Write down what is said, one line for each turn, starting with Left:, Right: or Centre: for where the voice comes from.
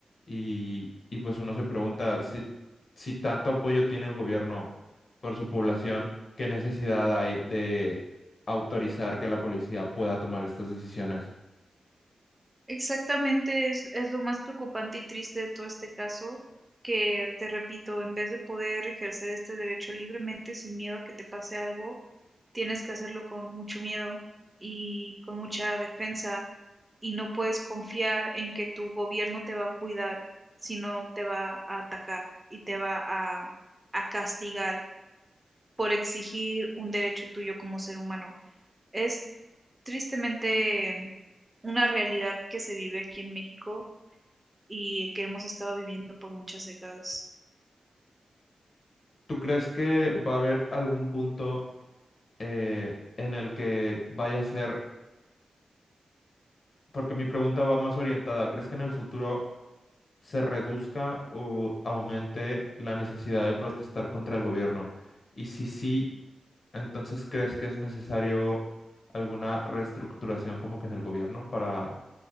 Left: y, y pues uno se pregunta si, si tanto apoyo tiene el gobierno por su población, ¿qué necesidad hay de autorizar que la policía pueda tomar estas decisiones?
Right: Exactamente, es, es lo más preocupante y triste de todo este caso, que te repito, en vez de poder ejercer este derecho libremente sin miedo a que te pase algo, tienes que hacerlo con mucho miedo y con mucha defensa y no puedes confiar en que tu gobierno te va a cuidar, sino te va a atacar y te va a, a castigar por exigir un derecho tuyo como ser humano. Es tristemente una realidad que se vive aquí en México y que hemos estado viviendo por muchas décadas.
Left: ¿Tú crees que va a haber algún punto? eh, en el que vaya a ser, porque mi pregunta va más orientada, ¿crees que en el futuro se reduzca o aumente la necesidad de protestar contra el gobierno? Y si sí, entonces ¿crees que es necesario alguna reestructuración como que en el gobierno para,